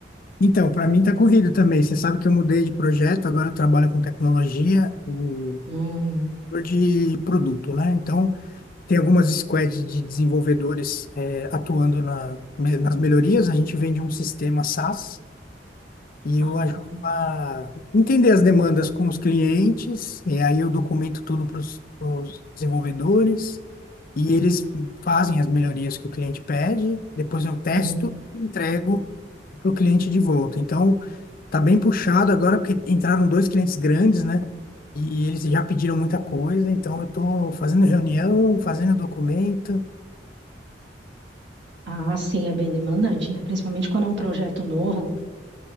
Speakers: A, on the left; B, on the right.
A: Então, para mim tá corrido também. Você sabe que eu mudei de projeto, agora eu trabalho com tecnologia, o
B: Hum,
A: setor de produto, né? Então, tem algumas squads de desenvolvedores eh, atuando na- me- nas melhorias. A gente vende um sistema SaaS E
B: ah,
A: eu ajudo a entender as demandas com os clientes, e aí eu documento tudo para os desenvolvedores, e eles fazem as melhorias que o cliente pede, depois eu testo
B: hum.
A: e entrego para o cliente de volta. Então, tá bem puxado agora, porque entraram dois clientes grandes, né? E eles já pediram muita coisa, então eu estou fazendo reunião, fazendo documento.
B: Ah, sim, é bem demandante, né? Principalmente quando é um projeto novo,